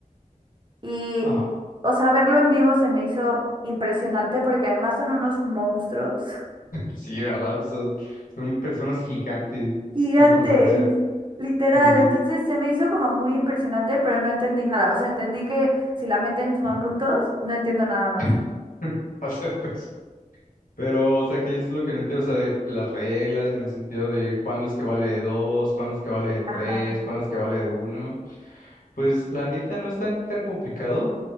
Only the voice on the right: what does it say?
Y,
o sea, verlo en vivo se me hizo impresionante porque además son unos monstruos
<laughs> gigantes,
literal.
Entonces
se me hizo como muy impresionante, pero no entendí nada. O sea, entendí que si la meten suman
puntos, no entiendo nada más.
Ajá.